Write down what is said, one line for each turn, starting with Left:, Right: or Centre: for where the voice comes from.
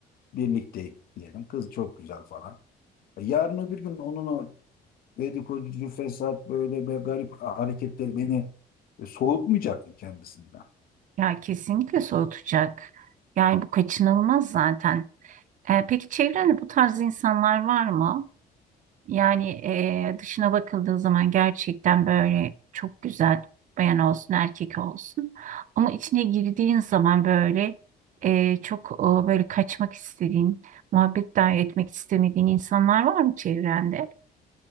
Left: birlikteyim diyelim. Kız çok güzel falan. E, Yarın öbür gün onun o dedikoducu, fesat böyle be garip hareketleri beni e, soğutmayacak mı kendisinden?
Right: Ya kesinlikle soğutacak. Yani bu kaçınılmaz zaten. E, peki çevrende bu tarz insanlar var mı? Yani e, dışına bakıldığı zaman gerçekten böyle çok güzel bayan olsun, erkek olsun. Ama içine girdiğin zaman böyle e, çok e, böyle kaçmak istediğin, muhabbet dahi etmek istemediğin insanlar var mı çevrende?